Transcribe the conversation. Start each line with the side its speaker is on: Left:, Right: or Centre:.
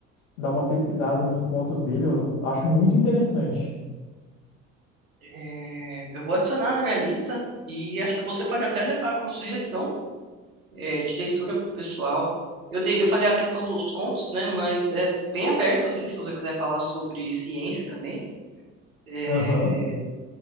Left: dar uma pesquisada nos contos dele, eu acho muito interessante.
Right: É, eu vou adicionar na minha lista e acho que você pode até levar como sugestão, é, de leitura pro pessoal. Eu dei, eu falei a questão dos contos, né? Mas é bem aberto, assim, se você quiser falar sobre ciência também, é,
Left: Aham.